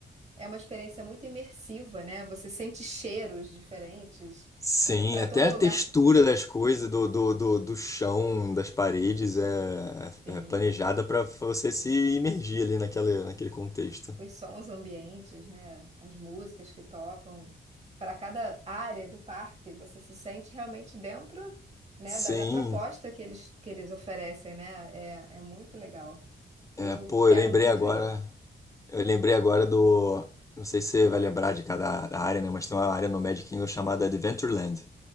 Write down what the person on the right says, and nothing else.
É uma experiência muito imersiva, né? Você sente cheiros diferentes,
é, para
todo lugar
tem
os sons ambientes, né? As músicas que tocam. Para cada área do parque, você se sente realmente dentro, né?
Da, da proposta que eles, que eles oferecem, né? É, é muito legal. Eu
quero
muito
ir.